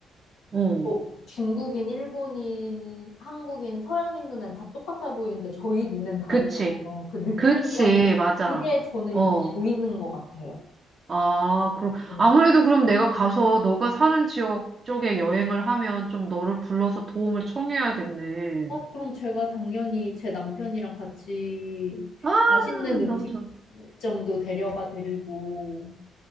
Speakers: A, on the right; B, on the left.
A: 어,
B: 어, 중국인, 일본인, 한국인, 서양인 눈엔 다 똑같아 보이는데, 저희 눈엔 다르잖아요.
A: 그치.
B: 그 느낌이란
A: 그치,
B: 게,
A: 맞아.
B: 그게 저는
A: 어.
B: 이제 보이는 것 같아요.
A: 아, 그럼
B: 네.
A: 아무래도 그럼 내가 가서 너가 사는 지역 쪽에 여행을 하면 좀 너를 불러서 도움을 청해야겠네.
B: 어, 그럼 제가 당연히 제 남편이랑 같이
A: 아,
B: 맛있는 음식점도
A: 너무 좋아.
B: 데려가 드리고,